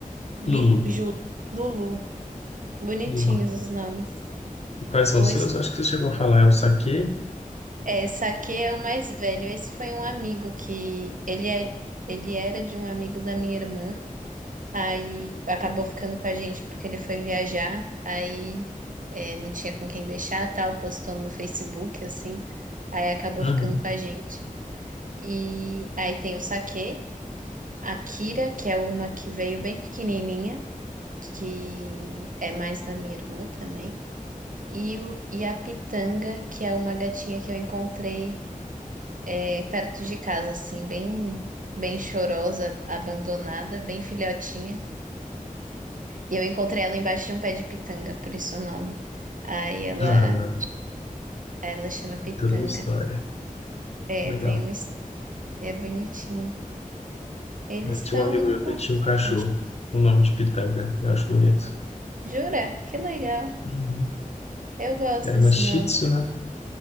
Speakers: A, on the right (about 65°); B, on the left (about 50°).
A: Bi-
B: Lulu.
A: Ju, Lulu. Bonitinhos
B: Lulu.
A: os nomes.
B: E quais são
A: Pois
B: os seus? Acho que você chegou a falar, é o saquê.
A: é, Saque é o mais velho. Esse foi um amigo que ele é, ele era de um amigo da minha irmã. Aí acabou ficando com a gente porque ele foi viajar. Aí é, não tinha com quem deixar, tal, postou no Facebook assim. Aí acabou
B: Uhum.
A: ficando com a gente. E aí tem o Saque. A Kira, que é uma que veio bem pequenininha, que é mais da minha irmã também. E, o, e a Pitanga, que é uma gatinha que eu encontrei é, perto de casa, assim, bem, bem chorosa, abandonada, bem filhotinha. E eu encontrei ela embaixo de um pé de pitanga, por isso o nome. Aí ela,
B: Ah,
A: ela chama
B: tem
A: Pitanga.
B: toda uma história.
A: É,
B: Legal.
A: tem um, es- é bonitinho. Eles
B: Eu
A: estão,
B: tinha um amigo meu
A: não estão
B: que ele tinha
A: aqui
B: um cachorro,
A: agora.
B: com o nome de Pitanga, eu acho bonito.
A: Jura? Que legal.
B: Uhum.
A: Eu gosto
B: Era
A: desse
B: uma Shih
A: nome
B: Tzu, né?